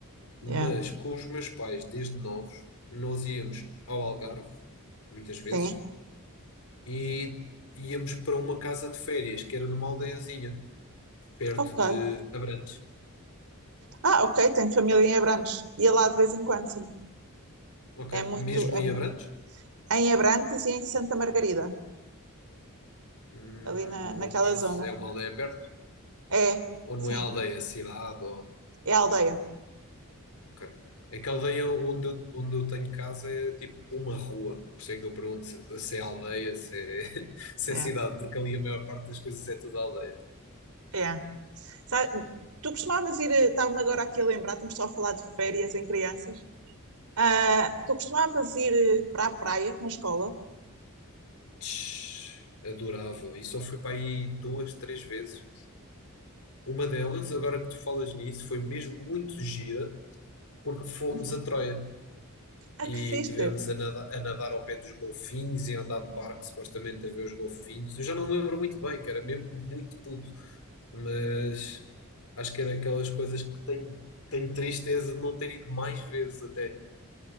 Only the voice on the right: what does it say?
yeah.
Sim,
ok.
Ah, ok, tenho família em Abrantes. Ia lá de vez em quando, sim.
É muito.
É,
mu-
em Abrantes e em Santa Margarida,
ali na, naquela
zona.
É,
sim,
é a aldeia.
Yeah,
yeah. Sa- tu costumavas ir, eh, estava-me agora aqui a lembrar, estamos só a falar de férias em crianças. Ah, tu costumavas ir eh, para a praia com a escola?
Uhum.
Ah,
que fixe!